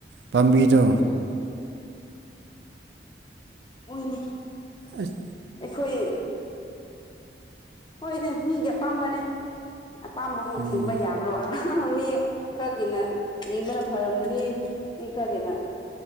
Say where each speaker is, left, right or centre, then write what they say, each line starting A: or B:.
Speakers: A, on the right; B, on the left.
A: ꯄꯥꯝꯕꯤꯗꯣ
B: ꯑꯣ ꯑꯣꯏꯅꯦ
A: ꯑꯁ
B: ꯑꯩꯈꯣꯏ ꯍꯣꯏꯗ ꯃꯤꯒꯤ ꯑꯄꯥꯝꯕꯅꯦ ꯑꯄꯥꯝꯕꯕꯨ
A: ꯎꯝ
B: ꯊꯤꯡꯕ ꯌꯥꯕ꯭ꯔꯣ ꯃꯤ ꯈꯔꯒꯤꯅ ꯅꯤꯡꯕꯅ ꯐꯔꯝꯒꯅꯤ ꯃꯤ ꯈꯔꯒꯤꯅ